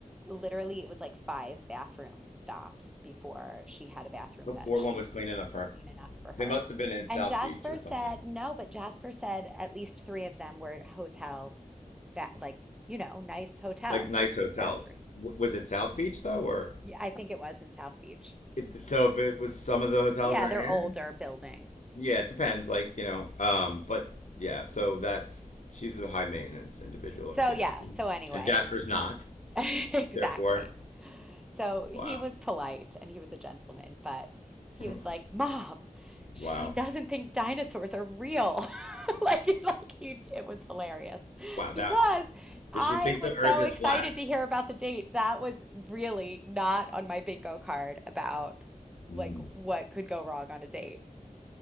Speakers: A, in the centre; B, on the left.
A: literally, it was like five bathroom stops before she had a bathroom
B: before
A: that she
B: one was
A: deemed
B: cleaning up her,
A: clean enough for her.
B: they must have been in
A: And
B: South
A: Jasper
B: Beach or
A: said,
B: something,
A: no, but Jasper said at least three of them were hotel, ba like, you know, nice hotel
B: like nice hotels.
A: bathrooms.
B: W- was it South Beach though, or
A: Yeah, I think it was in South Beach.
B: it, so if it was some of the hotels
A: Yeah,
B: are
A: they're
B: in?
A: older buildings.
B: Yeah, it depends. Like you know, um, but yeah. So that's she's a high maintenance individual.
A: So
B: I'm gonna
A: yeah,
B: assume,
A: so anyway,
B: and Jasper's
A: <laughs>
B: not.
A: exactly.
B: Therefore,
A: So he
B: wow,
A: was polite and he was a gentleman, but he
B: <laughs>
A: was like, "Mom, she
B: wow,
A: doesn't think dinosaurs are real." <laughs> Like it- like he, it was hilarious
B: wow.
A: because
B: That
A: I
B: does she think
A: was
B: the
A: so
B: Earth is
A: excited
B: flat?
A: to hear about the date. That was really not on my bingo card about
B: Hmm.
A: like what could go wrong on a date. <laughs>